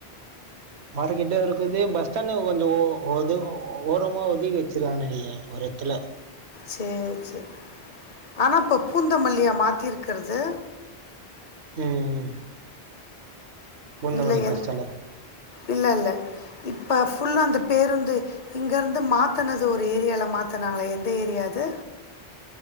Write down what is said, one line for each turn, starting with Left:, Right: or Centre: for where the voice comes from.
Right: மார்க்கெட்லயு இருக்குது பஸ்ஸ்டாண்ட்ல கொஞ்சோ ஒது ஓரமா ஒதுகி வச்சருவாங்கன் நெனைக்குற ஒரு எத்துல
Left: சேரி செர் ஆனா இப்போ பூந்தமல்லியா மாத்திருக்கறது
Right: ம் பூந்தமல்லி
Left: இல்ல
Right: பஸ்
Left: என்
Right: ஸ்டாண்டு
Left: இல்லல்ல இப்ப ஃபுல்லா அந்த பேருந்து இங்கருந்து மாத்தனது ஒரு ஏரியால மாத்துனாங்களே எந்த ஏரியா அது